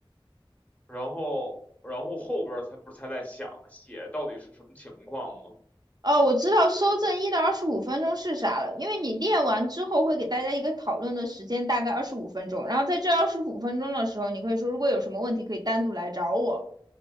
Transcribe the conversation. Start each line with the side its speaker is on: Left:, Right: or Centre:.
Left: 然后，然后后边儿才不是才在想写到底是什么情况吗？
Right: 哦，我知道收正一到二十五分钟是啥了，因为你练完之后会给大家一个讨论的时间，大概二十五分钟。然后在这二十五分钟的时候，你可以说如果有什么问题可以单独来找我，